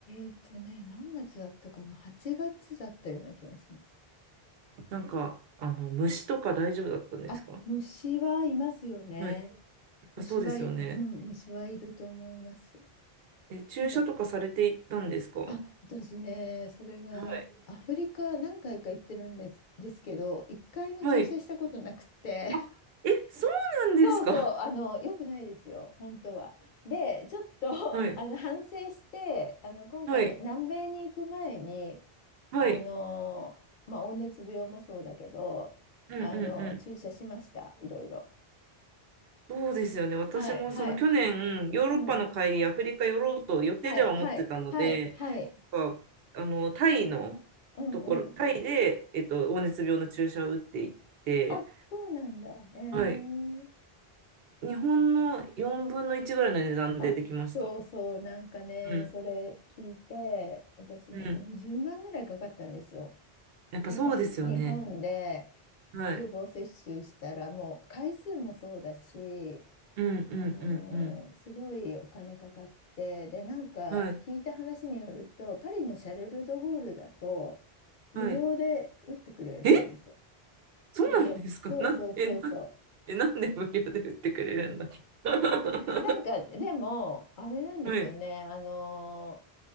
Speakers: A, on the left; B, on the right.
A: ーとね、何月だったかな ?8 月だったような気がします。
B: なんか、あの、虫とか大丈夫だったんですか
A: あ、虫はいますよね。
B: はい。やっぱそうですよね。
A: 虫はい、うん、虫はいると思います。
B: え、注射とかされていったんですかは
A: だからあ、私ね、それが、
B: い。
A: アフリカ何回か行ってるんです、ですけど、一回も注射したことなくて、
B: はい。あ、え、そうなんですか
A: <laughs> そうそう、あの、よくないですよ、本当は。で、ちょっと、
B: はい。
A: <laughs> あの、反省して、あの、今回、
B: はい。
A: 南米に行く前に、
B: はい。
A: あの、まあ、黄熱病もそうだけど、
B: うんうんうん。
A: あの、注射しました、いろいろ。
B: そうですよね。私もその去年、
A: はい、はい、
B: ヨーロッパの帰り、
A: うん、
B: アフリカ寄ろうと予定では思ってたので、
A: はい、はい、はい、はい、
B: やっぱあの、タイの
A: うん、
B: ところ、
A: うん。
B: タイで、えっと、黄熱病の注射を打っていって、
A: あ、そうなんだ。えー
B: はい。日本の4分の1ぐらいの値段でできました。
A: あ、そうそう、なんかね、
B: うん。
A: それ聞いて、私も10万ぐらいかかったんですよ。
B: うん。やっぱそうですよね。
A: 日本、日本で
B: はい。
A: 予防接種したら、もう回数もそうだし、
B: うんうんうんうん。
A: あの、すごいお金かかって、で、なんか聞いた話によると、
B: はい。
A: パリのシャルル・ドゴールだと、無料で打ってくれるらしいんですよ。
B: はい。えそうなんですか
A: 無料。そうそうそうそ
B: <laughs> なん、え、な、え、なんで無料で売ってくれるんだ <laughs>
A: う。なんか、でも、あれなんですよね。
B: はい。
A: あの